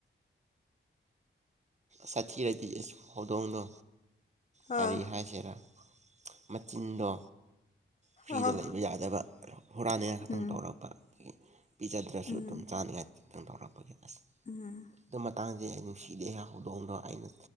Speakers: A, on the right; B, on the left.
A: ꯁꯥꯊꯤꯔꯗꯤ ꯏꯁ ꯍꯧꯗꯣꯡꯗꯣ ꯀꯔꯤ
B: ꯑꯥ
A: ꯍꯥꯏꯁꯤꯔꯥ ꯃꯆꯤꯟꯗꯣ ꯐ꯭ꯔꯤꯗ
B: ꯑꯥ
A: ꯂꯩꯕ ꯌꯥꯗꯕ ꯍꯨꯔꯥꯅꯤꯡꯉꯥꯏ ꯈꯛꯇꯪ
B: ꯎꯝ
A: ꯇꯧꯔꯛꯄ ꯑꯗꯒꯤ ꯄꯤꯖꯗ꯭ꯔꯁꯨ
B: ꯎꯝ
A: ꯑꯗꯨꯝ ꯆꯥꯅꯤꯡꯉꯥꯏ ꯈꯤꯇꯪ ꯇꯧꯔꯛꯄꯒꯤ ꯑꯁ
B: ꯎꯝ
A: ꯑꯗꯨ ꯃꯇꯥꯡꯗꯤ ꯑꯩ ꯅꯨꯡꯁꯤꯗ ꯑꯩꯒꯤ ꯍꯧꯗꯣꯡꯗꯣ ꯑꯩꯅ